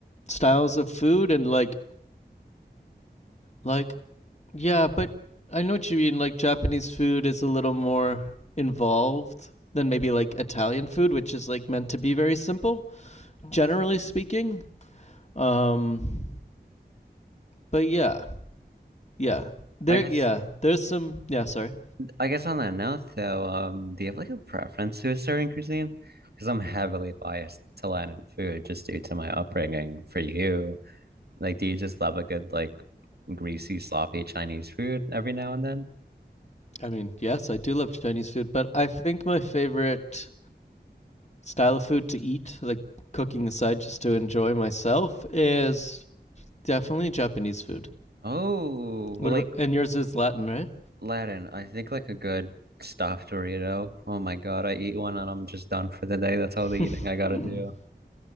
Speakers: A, on the left (about 40°); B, on the right (about 65°).
A: styles of food, and like like Yeah, but I know what you mean. Like Japanese food is a little more involved than maybe like Italian food, which is like meant to be very simple, generally speaking. Um, but yeah, yeah, there,
B: I guess
A: yeah, there's some. Yeah, sorry.
B: I guess on that note though, um, do you have like a preference to a certain cuisine? Because I'm heavily biased to Latin food just due to my upbringing. For you, Like, do you just love a good, like, greasy, sloppy Chinese food every now and then?
A: I mean, yes, I do love Chinese food, but I think my favorite style of food to eat, like cooking aside, just to enjoy myself, is definitely Japanese food.
B: Oh, well,
A: What
B: like
A: about and yours is Latin,
B: Latin, I think like a good stuffed Dorito. Oh my God, I eat one and I'm just done for the day. That's all the eating
A: right?
B: I gotta
A: <laughs>
B: do.